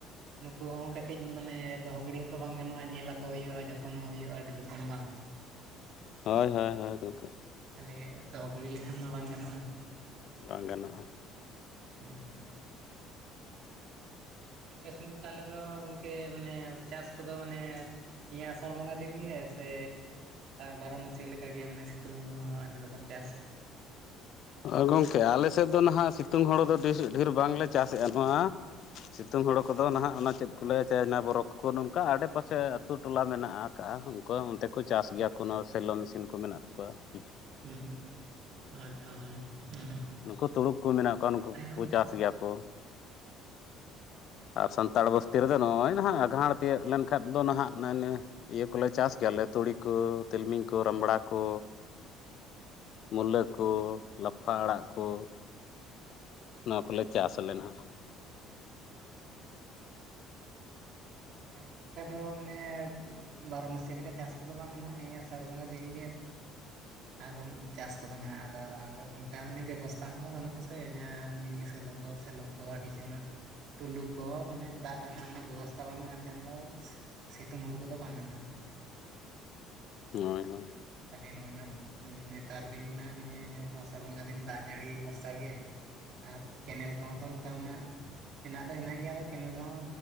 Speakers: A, on the right (about 55°); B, on the left (about 50°).
A: ᱱᱩᱠᱩ ᱦᱚᱸ ᱠᱟᱹᱴᱤᱡ ᱢᱟᱱᱮ ᱫᱚᱦᱚ ᱜᱤᱲᱤ ᱦᱚᱸᱛᱚ ᱵᱟᱝ ᱜᱟᱱᱚᱜ-ᱟ, ᱧᱮᱞ ᱟᱠᱚ ᱦᱩᱭᱩᱜᱼᱟ, ᱡᱚᱛᱚᱱ ᱦᱚᱸ ᱦᱩᱭᱩᱜᱼᱟ ᱟᱰᱤ ᱨᱚᱠᱚᱢ ᱵᱟᱝ? <unintelligible>
B: ᱦᱳᱭ ᱦᱳᱭ ᱦᱳᱭ ᱜᱚᱢᱠᱮ᱾
A: ᱛᱟᱦᱞᱮ ᱫᱚᱦᱚ ᱜᱤᱲᱤ ᱞᱮᱠᱷᱟᱱ ᱢᱟ ᱵᱟᱝ ᱜᱟᱱᱚᱜᱼᱟ᱾
B: ᱵᱟᱝ ᱜᱟᱱᱚᱜᱼᱟ᱾
A: <unintelligible> ᱟᱯᱮ ᱥᱮᱱ ᱫᱚ ᱛᱟᱦᱞᱮ ᱫᱚ ᱜᱚᱝᱠᱮ ᱢᱟᱱᱮ ᱪᱟᱥ ᱠᱚᱫᱚ ᱢᱟᱱᱮ ᱱᱤᱭᱟᱹ ᱟᱥᱟᱲ ᱵᱚᱸᱜᱟ ᱫᱤᱱ ᱜᱮ ᱥᱮ ᱵᱟᱨᱚ ᱢᱥᱤ ᱞᱮᱠᱟᱜᱮ ᱢᱟᱱᱮ ᱥᱤᱛᱩᱝ ᱦᱩᱲᱩ ᱦᱚᱸ ᱟᱹᱰᱤ ᱨᱚᱠᱚᱢ ᱪᱟᱥ?
B: ᱦᱳᱭ ᱜᱚᱝᱠᱮ ᱟᱯᱮ ᱥᱮᱫ ᱫᱚ ᱱᱟᱦᱟᱜ ᱥᱤᱛᱤᱝ ᱦᱩᱲᱩ ᱫᱚ ‌ᱰᱷᱮᱨ ᱵᱟᱝᱞᱮ ᱪᱟᱥᱮᱫ-ᱟ ᱱᱚᱣᱟ ᱥᱤᱛᱩᱝ ᱦᱳᱲᱳ ᱠᱚᱫᱚ ᱱᱟᱦᱟᱜ ᱚᱱᱟ ᱪᱮᱫ ᱠᱚ ᱞᱟᱹᱭᱟ ᱪᱮ ᱵᱚᱨᱚ ᱠᱚᱠᱚ ᱱᱚᱝᱠᱟ ᱟᱰᱮᱯᱟᱥᱮ ᱟᱛᱳ ᱴᱚᱞᱟ ᱢᱮᱱᱟᱜ ᱟᱠᱟᱫᱼᱟ ᱩᱱᱠᱩ ᱚᱱᱛᱮ ᱠᱚ ᱪᱟᱥ ᱜᱮᱭᱟ ᱠᱚ ᱱᱚᱣᱟ ᱥᱮᱞᱚ ᱢᱮᱥᱤᱱ ᱠᱚ ᱢᱮᱱᱟᱜ ᱛᱟᱠᱚᱣᱟ ᱾
A: ᱩᱸᱜ ᱦᱩᱸ <inaudible>
B: ᱱᱩᱠᱩ ᱛᱩᱲᱩᱠ ᱠᱩ ᱢᱮᱱᱟᱜ ᱠᱚᱣᱟ, ᱱᱩᱠᱩ
A: ᱟᱞᱮ
B: ᱠᱩᱠᱩ
A: ᱦᱚᱸ
B: ᱪᱟᱥ ᱜᱮᱭᱟ ᱠᱚ᱾ ᱟᱨ ᱥᱟᱱᱛᱟᱲ ᱵᱚᱥᱛᱤ ᱨᱮᱫᱚ ᱱᱚᱜᱼᱚᱭ ᱱᱟᱦᱟᱜ ᱟᱜᱷᱟᱸᱲ ᱛᱤᱭᱟᱹᱜ ᱞᱮᱱ ᱠᱷᱟᱜ ᱫᱚ ᱱᱟᱦᱟᱜ ᱢᱮᱱᱮ ᱤᱭᱟᱹ ᱠᱚᱞᱮ ᱪᱟᱥ ᱜᱮᱭᱟᱞᱮ ᱛᱩᱲᱤ ᱠᱚ, ᱛᱤᱞᱢᱤᱧ ᱠᱚ ᱨᱟᱢᱲᱟ ᱠᱚ᱾ ᱢᱩᱞᱟᱹ ᱠᱚ, ᱞᱟᱯᱷᱟ ᱟᱲᱟᱜ
A: ᱟᱪᱪᱷᱟ
B: ᱠᱚ, ᱱᱚᱣᱟ ᱠᱚᱞᱮ ᱪᱟᱥ ᱟᱞᱮ ᱱᱟᱸᱦᱟᱜ
A: ᱟᱞᱮ ᱦᱚᱸ ᱚᱱᱠᱟ ᱫᱚ ᱢᱟᱱᱮ ᱵᱟᱨᱚ ᱢᱟᱥᱤ ᱞᱮᱠᱟ ᱪᱟᱥ ᱠᱚᱫᱚ ᱵᱟᱝ ᱟᱜ ᱱᱤᱭᱟᱹ ᱟᱥᱟᱲ ᱵᱚᱸᱜᱟ ᱫᱤᱱ ᱜᱮ ᱟᱨ ᱪᱟᱥ ᱠᱚᱫᱚ ᱱᱟᱦᱟᱜ ᱟᱫᱚ ᱟᱨ ᱚᱱᱠᱟ ᱢᱟᱱᱮ ᱵᱮᱵᱚᱥᱛᱟ ᱠᱚᱦᱚᱸ ᱵᱟᱹᱱᱩᱜᱼᱟ ᱥᱮ ᱮᱸᱻ ᱢᱤᱱᱤᱥ ᱥᱮᱞᱚ ᱠᱚ ᱥᱮᱞᱚ ᱠᱚ ᱟᱹᱰᱤ ᱴᱩᱞᱩ ᱠᱚ ᱢᱟᱱᱮ ᱫᱟᱜ ᱨᱮᱱᱟᱜ ᱚᱱᱟ ᱵᱮᱵᱚᱥ ᱥᱟᱢᱟᱱᱱᱚ ᱵᱟᱝ ᱠᱷᱟᱱ ᱫᱚ ᱥᱤᱛᱩᱝ ᱦᱩᱲᱩ ᱠᱚᱫᱚ ᱵᱟᱝ ᱟᱱᱟᱜ᱾
B: ᱦᱚᱭ ᱦᱚᱭ᱾
A: ᱛᱟᱦᱚᱞᱮ ᱱᱚᱣᱟ ᱨᱮᱱᱟᱜ ᱫᱚ ᱱᱮᱛᱟᱨ ᱫᱤᱱ ᱢᱟ ᱱᱤᱭᱟᱹ ᱡᱮᱢᱚᱱ ᱟᱥᱟᱲ ᱵᱚᱸᱜᱟ ᱫᱤᱱ ᱫᱟᱜ ᱡᱟᱹᱲᱤ ᱵᱷᱚᱨᱥᱟ ᱜᱮ᱾ ᱟᱨ ᱠᱮᱱᱮᱞ ᱠᱚᱦᱚᱸ ᱛᱚ ᱚᱱᱠᱟ ᱢᱟᱱᱟᱜ ᱦᱮᱱᱟᱜ ᱫᱚ ᱦᱮᱱᱟᱜ ᱜᱮᱭᱟ ᱟᱫᱚ ᱠᱮᱱᱮᱞ ᱨᱮᱦᱚ